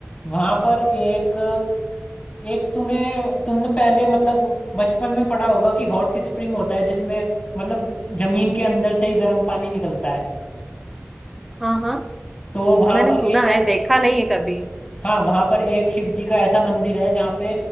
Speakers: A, on the left; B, in the centre.
A: वहाँ पर एक एक तूने तुमने पहले मतलब बचपन में पढ़ा होगा कि हॉट स्प्रिंग होता है जिसमें मतलब जमीन के अंदर से ही गर्म पानी निकलता है
B: हाँ हाँ
A: तो वहाँ
B: मैंने
A: पर
B: सुना
A: एक
B: है देखा नहीं है कभी
A: हाँ वहाँ पर एक शिव जी का ऐसा मंदिर है जहाँ पे